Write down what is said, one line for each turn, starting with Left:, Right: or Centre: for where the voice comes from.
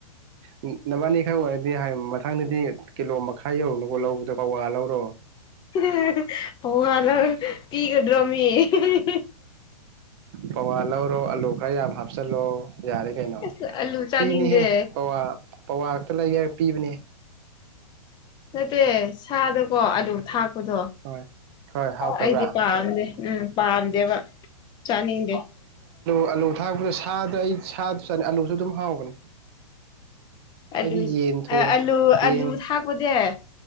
Right: ꯎꯝ ꯅꯕꯥꯅꯤꯈꯥꯏ ꯑꯣꯏꯔꯗꯤ ꯍꯥꯏ ꯃꯊꯪꯗꯗꯤ ꯀꯤꯂꯣ ꯃꯈꯥꯏ ꯌꯧꯔꯨꯅꯨ ꯂꯧꯕꯗ ꯄꯥ ꯋꯥ ꯂꯧꯔꯣ
Left: ꯍꯥ ꯍꯦ ꯍꯥ ꯍꯦ ꯄꯋꯥ ꯂꯧꯔꯒ ꯄꯤꯒꯗ꯭ꯔꯣ ꯃꯤ ꯍꯤ ꯍꯤ
Right: ꯄꯋꯥ ꯂꯧꯔꯣ ꯑꯂꯨ ꯈꯔ ꯌꯥꯝ ꯍꯥꯞꯆꯤꯜꯂꯣ ꯌꯥꯔꯦ ꯀꯩꯅꯣ
Left: ꯑꯁ ꯑꯂꯨ ꯆꯥꯅꯤꯡꯗꯦ
Right: ꯄꯤꯅꯤꯍꯦ ꯄꯋꯥ ꯄꯋꯥ ꯈꯛꯇ ꯂꯩꯒꯦ ꯍꯥꯏꯔ ꯄꯤꯕꯅꯦ
Left: ꯅꯠꯇꯦ ꯁꯥꯗꯀꯣ ꯑꯂꯨ ꯊꯥꯛꯄꯗꯣ
Right: ꯍꯣꯏ ꯍꯣꯏ ꯍꯥꯎꯇꯕ꯭ꯔꯥ
Left: ꯑꯩꯗꯤ ꯄꯥꯝꯗꯦ ꯎꯝ ꯄꯥꯝꯗꯦꯕ ꯆꯥꯅꯤꯡꯗꯦ
Right: ꯑꯥꯂꯨ ꯊꯥꯛꯄꯗ ꯁꯥꯗ ꯑꯩ ꯁꯥꯗꯨꯁꯨ ꯆꯥꯅꯤ ꯑꯥꯂꯨꯁꯨ ꯑꯗꯨꯝ ꯍꯥꯎꯕꯅꯦ
Left: ꯑꯂꯨ
Right: ꯑꯩꯗꯤ ꯌꯦꯟ ꯊꯣꯡ
Left: ꯑꯂꯨ
Right: ꯌꯦꯟ
Left: ꯑꯂꯨ ꯊꯥꯛꯄꯖꯦ